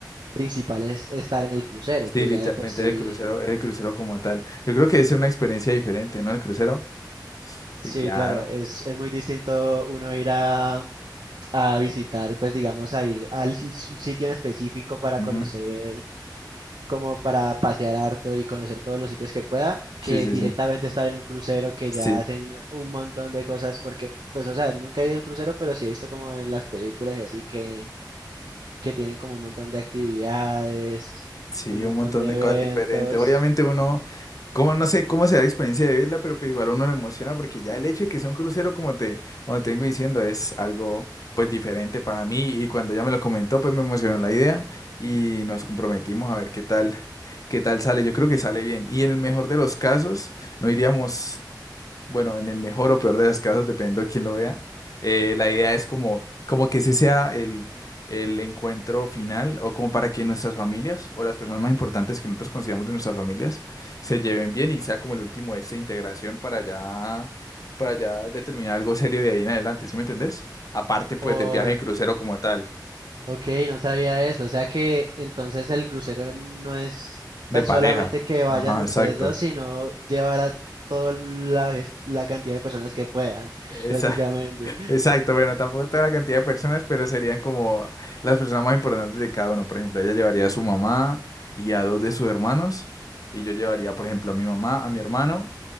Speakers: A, on the right; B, on the left.
A: principal es estar en el crucero, que
B: Sí, literalmente
A: ya de por sí,
B: el crucero, el crucero como tal. Yo creo que es una experiencia diferente, ¿no? El crucero. Sí,
A: sí,
B: claro.
A: claro, es, es muy distinto uno ir a... a visitar, pues digamos, a ir al s- sitio en específico para
B: Ujú.
A: conocer como para pasear harto y conocer todos los sitios que pueda, que
B: Sí, sí,
A: directamente
B: sí.
A: estar en un crucero que
B: Sí,
A: ya hacen un montón de cosas porque, pues, o sea, nunca he ido a un crucero, pero sí he visto como en las películas y así que, que tienen como un montón de actividades,
B: sí,
A: un montón
B: un montón
A: de
B: de
A: eventos.
B: cosas diferentes. Obviamente uno, como no sé cómo será la experiencia de verla, pero pues igual uno le emociona porque ya el hecho de que sea un crucero, como te, como te vengo diciendo, es algo pues diferente para mí y cuando ella me lo comentó, pues me emocionó la idea y nos comprometimos a ver qué tal, qué tal sale. Yo creo que sale bien y en el mejor de los casos no iríamos bueno, en el mejor o peor de los casos, dependiendo de quién lo vea, eh, la idea es como, como que ese sea el, el encuentro final o como para que nuestras familias o las personas más importantes que nosotros consideramos de nuestras familias se lleven bien y sea como el último de esta integración para ya, para ya determinar algo serio de ahí en adelante, ¿sí me entendés? Aparte pues
A: Ok,
B: del viaje en crucero como tal,
A: ok, no sabía eso. O sea que entonces el crucero no es
B: de
A: ta-
B: pareja.
A: solamente que vayan
B: Ajá,
A: ustedes
B: exacto.
A: dos, sino llevar a toda la, la cantidad de personas que puedan
B: Esa.
A: prácticamente.
B: Exacto, bueno, tampoco toda la cantidad de personas, pero serían como las personas más importantes de cada uno. Por ejemplo, ella llevaría a su mamá y a dos de sus hermanos, y yo llevaría, por ejemplo, a mi mamá, a mi hermano,